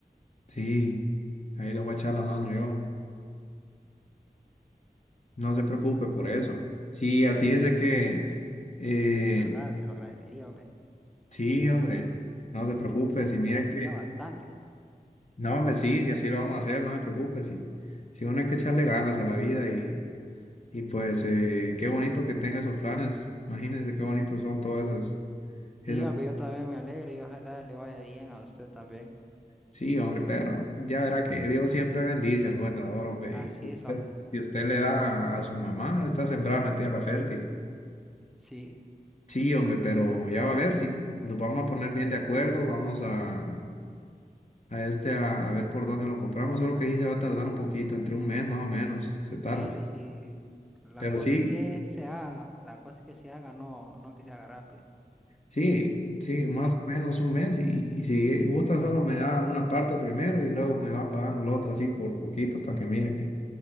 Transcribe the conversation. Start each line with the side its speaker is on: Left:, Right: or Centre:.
Left: Sí, ahí le voy a echar la mano yo. No se preocupe por eso. Sí, ah, fíjese que, eh,
Centre: de verdad, se lo agradecería, hombre.
Left: sí, hombre, no se preocupe, si mire
Centre: Agradecería
Left: que,
Centre: bastante.
Left: no, hombre, sí, si así lo vamos a hacer, no se preocupe, sí. Si uno hay que echarle ganas a la vida y, y pues eh, qué bonito que tenga esos planes. Imagínense qué bonitos son todos esos esas
Centre: Sí, hombre, yo también me alegro y ojalá le vaya bien a usted también.
Left: Sí, hombre, pero ya verá que Dios siempre bendice al buen dador, hombre.
Centre: Así
Left: Y usted-
Centre: es, hombre.
Left: si usted le da a su mamá, está sembrada en la tierra fértil.
Centre: Sí,
Left: Sí, hombre, pero ya va a ver si nos vamos a poner bien de acuerdo. Vamos a, a este a, a ver por dónde lo compramos. Solo que ahí se va a tardar un poquito, entre un mes más o menos, se tarda.
Centre: dele, si la
Left: Pero
Centre: cosa
Left: sí,
Centre: es que se haga, la cosa es que se haga, no, no que se haga rápido.
Left: sí, sí,
Centre: Sí,
Left: más o menos un mes. Y, y si gusta, solo me da una parte primero y luego me va pagando la otra así por poquitos para que mire que.